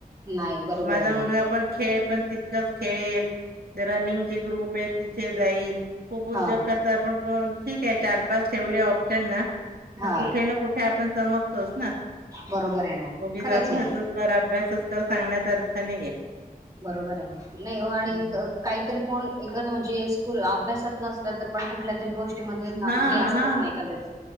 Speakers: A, on the right; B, on the right.
A: नाही बरोबर
B: माझा
A: आहे ना
B: मुलगा पण खेळ पण तितच खेळेल. रनिंगचे ग्रुप आहेत तिथे जाईल. खूप उद्योग
A: हा
B: करतात आपण ठीक आहे चार पाच ठेवले ऑप्शन ना
A: हा
B: तर कुठे ना कुठे आपण चमकतोच ना...
A: बरोबर आहे ना
B: उगीच
A: खरंच
B: अभ्यास.......
A: आहे
B: तर अभ्यासच कर सांगण्यातअर्थ नाहीये..
A: बरोबर आहे नाही ओ आणि
B: हम्म.
A: क काहीतरी कोण एखादं म्हणजे स्कूल अभ्यासात नसलं तर पण कुठल्या री गोष्टीमध्ये
B: हा
A: हे असतच
B: हा,
A: नाही एखाद्याच